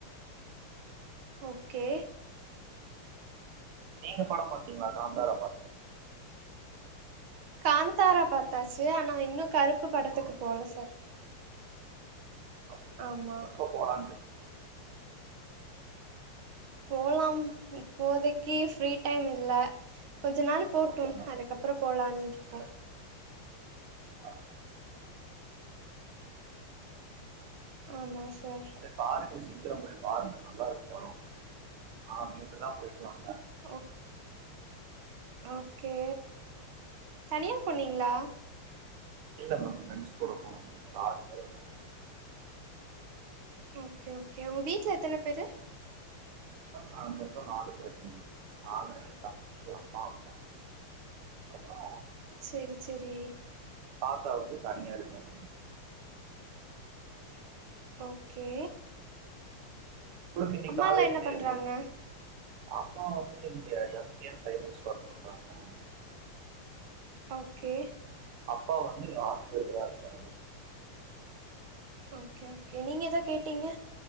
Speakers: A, on the right; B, on the right.
A: ஓகே
B: நீங்க படம் பாத்தீங்களா காந்தாரா பாத்
A: காந்தாரா பாத்தாச்சு ஆனா இன்னு கருப்பு படத்துக்கு
B: ஆ,
A: போல சார்
B: அப்டியா
A: ஆமா
B: மேம் எப்ப போலான்ருக்கீங்
A: போலாம் இப்போதைக்கி ஃப்ரீ டைம் இல்ல கொஞ்ச நாள் போட்டும்
B: ஓகே மேம்
A: அதுக்கப்றோ போலான்ருக்கோ
B: ஆஹ
A: ஆமா சார்
B: போய் பாருங்க சீக்கிரோ போய் பாருங்க நல்லாருக்கு படோ நா நேத்து தா போய்ட்டு வந்தே
A: ஓ ஓகே தனியா போனீங்ளா
B: இல்ல மேம் ஃப்ரெண்ட்ஸ் கூட போனோ ஒரு ஆறு பேர் வந்து
A: ஓகே ஓகே ஒங்க வீட்ல எத்தன பேரு
B: மேம் நாங்க மொத்தோ நாலு பேர் நானு எ தம்பி அம்மா அப்பா அதுக்கப்றோ
A: சேரி சேரி
B: தாத்தா வந்து தனியாருக்காங்க
A: ஓகே
B: உங்களுக்கு இன்னிக்
A: அம்மாலா
B: காலேஜ்லேது
A: என்ன பண்றாங்க?
B: அம்மா வந்து இங்க எம் கே டைமன்ஸ்ல ஒர்க் பண்றாங்க
A: ஓகே
B: அப்பா வந்து இங்க ஆப்ரேட்டர்றா இருக்காருங்க
A: ஓகே ஓகே நீங்க எதோ கேட்டீங்க